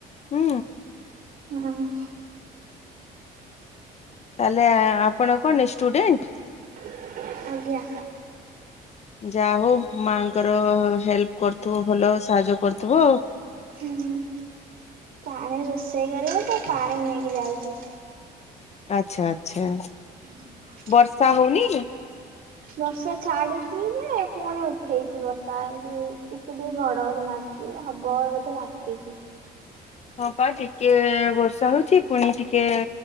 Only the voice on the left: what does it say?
ହୁଁ।
ତାହେଲେ ଆପଣ କଣ ଷ୍ଟୁଡେଣ୍ଟ୍
ଯା ହଉ ମାଙ୍କର ହେଲ୍ପ କରୁଥିବ ଭଲ ସାହାଯ୍ୟ କରୁଥିବ।
ଆଛା ଆଚ୍ଛା।
ବର୍ଷା ହଉନି
ହଁ ପା ଟିକେ ବର୍ଷା ହଉଛି ପୁଣି ଟିକେ